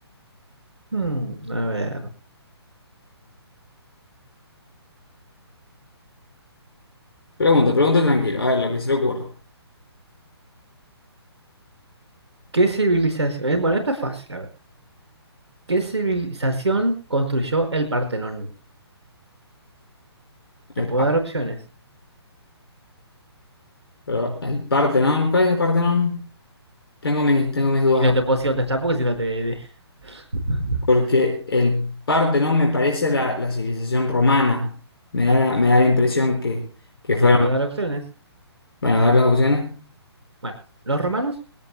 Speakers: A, on the right (about 80°); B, on the left (about 60°).
A: hmm, a ver.
B: Pregunta, pregunta tranquilo, a ver lo que se le ocurra.
A: ¿Qué civilización? eh, Bueno, esta es fácil, a ver. ¿Qué civilización construyó el Partenón? Te
B: El,
A: puedo
B: Par-
A: dar opciones.
B: pero el Partenón, ¿cuál es el Partenón? Tengo mis, tengo mis dudas,
A: Y no te puedo decir dónde está porque si no te, <laughs>
B: porque el Partenón me parece la, la civilización romana. Me da, la- me da la impresión que, que fueron...
A: te puedo dar opciones.
B: Bueno, a ver las opciones.
A: Bueno, ¿los romanos,